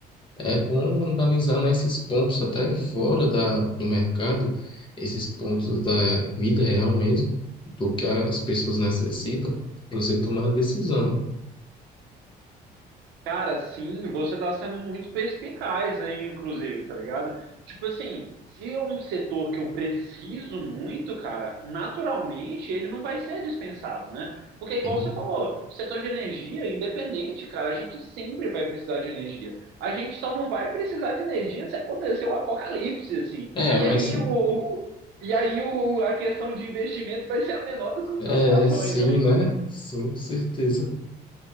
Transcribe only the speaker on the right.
Cara, sim, você está sendo muito perspicaz, aí, inclusive, tá ligado? Tipo assim, se é um setor que eu preciso muito, cara, naturalmente ele não vai ser dispensado, né? Porque, igual
você falou, o setor de energia, independente, cara, a gente sempre vai precisar de energia. A gente só não vai precisar de energia se acontecer um apocalipse, assim.
E
aí,
o, o- e aí o, a questão de investimento vai ser a menor das suas
preocupações,
né?